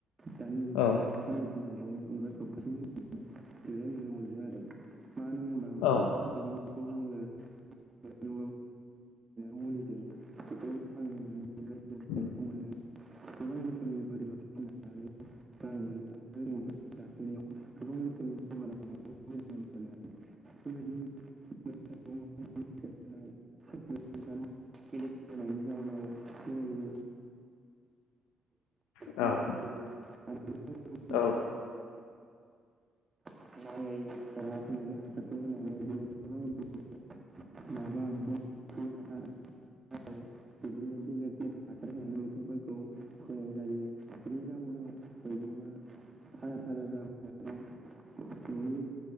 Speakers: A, on the right; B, on the left.
A: दानि जुगाव
B: औ
A: साननै सानथामजों एबा सफथासे <unintelligible> नुनो <unintelligible> मोनदों आरो मानो होनबा माबायदि
B: औ
A: मैगं <unintelligible> <unintelligible> मुलिजों बेखौ थांहोनानै
B: <inaudible>
A: जों फिथाइखौ मोननानै गोबां रोखोमनि <unintelligible> <unintelligible> रां मोनो <unintelligible> गोबां <unintelligible> <unintelligible> <unintelligible> <unintelligible> <unintelligible> <unintelligible> जाहोनाव जोंनि
B: औ
A: बेमाराबो आरो गोबां रोखोमनि
B: औ
A: <unintelligible> नै रा <unintelligible> नानै हासारखौ होनानै इदिनो गोबां रोखो <unintelligible> माबा ब बे हासार <inaudible> बिदिनो बेलेग <unintelligible> हासार होनानै मैगंफोरखौ फोनाय जायो बिनि जाउनाव मैगंआ थाजा थाजा <unintelligible> ननि